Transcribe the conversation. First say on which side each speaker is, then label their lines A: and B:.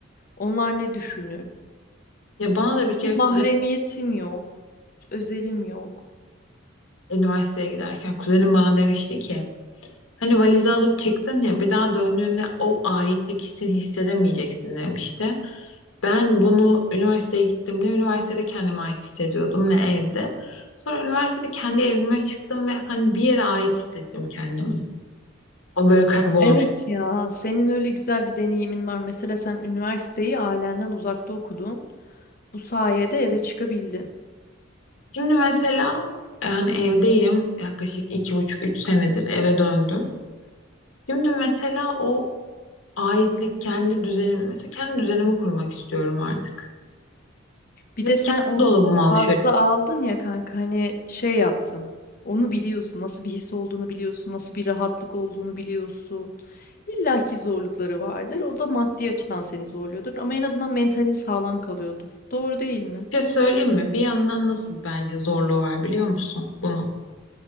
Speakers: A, on the left; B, on the left.
A: Onlar ne düşünür?
B: ya bana da bir kere
A: Bir mahremiyetim
B: kuzenim
A: yok. Özelim yok.
B: üniversiteye giderken kuzenim bana demişti ki Hani valizi alıp çıktın ya bir daha döndüğünde o aitlik hissini hissedemeyeceksin demişti. Ben bunu üniversiteye gittiğimde üniversitede kendime ait hissediyordum ne evde. Sonra üniversitede kendi evime çıktım ve hani bir yere ait hissettim kendimi. O böyle kaybolmuş.
A: Evet ya, senin öyle güzel bir deneyimin var. Mesela sen üniversiteyi ailenden uzakta okudun. Bu sayede eve çıkabildin.
B: Şimdi mesela e, hani evdeyim yaklaşık iki buçuk üç senedir eve döndüm. Şimdi mesela o aitlik kendi düzenim mesela kendi düzenimi kurmak istiyorum artık.
A: Bir
B: Ve
A: de sen
B: kendi
A: o
B: dolabıma
A: ha- hazzı
B: alışıyorum.
A: aldın ya kanka hani şey yaptın. Onu biliyorsun, nasıl bir his olduğunu biliyorsun, nasıl bir rahatlık olduğunu biliyorsun. İlla ki zorlukları vardır. O da maddi açıdan seni zorluyordur ama en azından mentalin sağlam kalıyordur. Doğru değil mi?
B: Bir şey söyleyeyim mi? Bir yandan nasıl bence zorluğu var biliyor musun bunun?